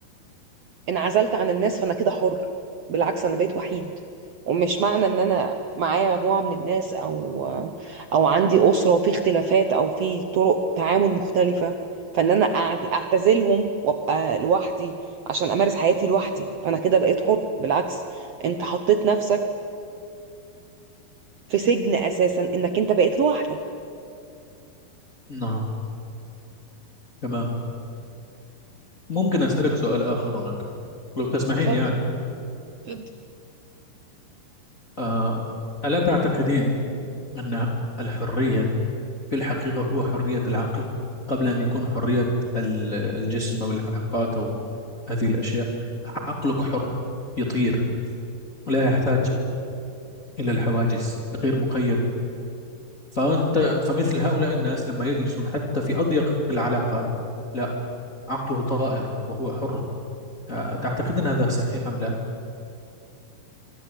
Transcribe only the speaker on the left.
نعم تمام ممكن أسألك سؤال آخر هناك لو تسمحين
يعني
آه. ألا تعتقدين أن الحرية في الحقيقة هو حرية العقل قبل أن يكون حرية ال- الجسم أو العلاقات أو هذه الأشياء عقلك حر يطير لا يحتاج إلى الحواجز الغير مقيد فأنت فمثل هؤلاء الناس لما يجلسون حتى في أضيق العلاقات لا عقله طائر وهو حر أتعتقد أن هذا صحيح أم لا؟